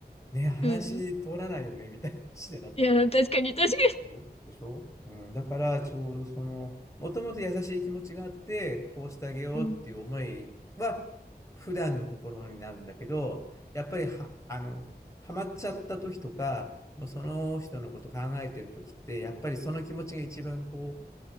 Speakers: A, on the left; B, on the left.
A: ね、話通らないよね、
B: うん。
A: みたいな話になったのね。
B: いや、確かに、確か
A: そうでしょうん、だから、ちょうどその、もともと優しい気持ちがあって、こうしてあげようっていう思いは、
B: に。うん。
A: 普段の心になるんだけど、やっぱりは、あの、ハマっちゃった時とか、もうその人のこと考えてる時って、やっぱりその気持ちが一番こう、